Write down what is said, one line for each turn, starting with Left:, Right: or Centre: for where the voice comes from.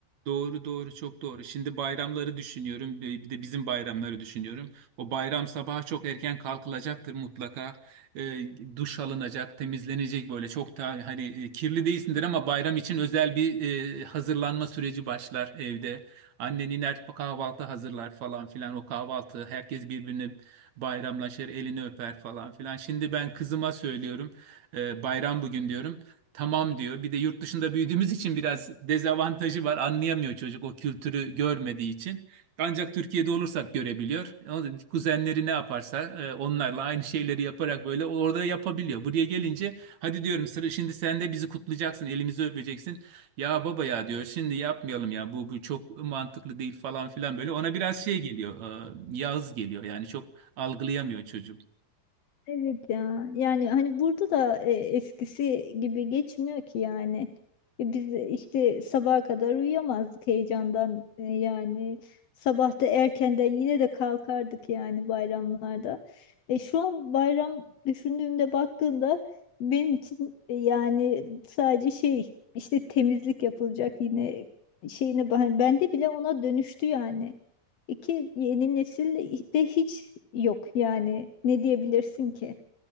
Right: Doğru doğru çok doğru. Şimdi bayramları düşünüyorum. Bir bir de bizim bayramları düşünüyorum. O bayram sabahı çok erken kalkılacaktır mutlaka. Ee, duş alınacak, temizlenecek böyle çok da hani e, kirli değilsindir ama bayram için özel bir e, hazırlanma süreci başlar evde. Annen iner kahvaltı hazırlar falan filan. O kahvaltı herkes birbirini bayramlaşır, elini öper falan filan. Şimdi ben kızıma söylüyorum. e, bayram bugün diyorum. Tamam diyor. Bir de yurt dışında büyüdüğümüz için biraz dezavantajı var. Anlayamıyor çocuk o kültürü görmediği için. Ancak Türkiye'de olursak görebiliyor. Onun kuzenleri ne yaparsa e, onlarla aynı şeyleri yaparak böyle orada yapabiliyor. Buraya gelince hadi diyorum sıra şimdi sen de bizi kutlayacaksın, elimizi öpeceksin. Ya baba ya diyor şimdi yapmayalım ya bu, bu çok mantıklı değil falan filan böyle. Ona biraz şey geliyor, e, yağız geliyor yani çok algılayamıyor çocuğum.
Left: Evet ya yani hani burada da e, eskisi gibi geçmiyor ki yani E, biz işte sabaha kadar uyuyamazdık heyecandan E, yani sabah da erkenden yine de kalkardık yani bayramlarda. E, şu an bayram düşündüğümde baktığımda benim için e, yani sadece şey işte temizlik yapılacak yine şeyine ben bende bile ona dönüştü yani. İki yeni nesil de hiç yok yani ne diyebilirsin ki?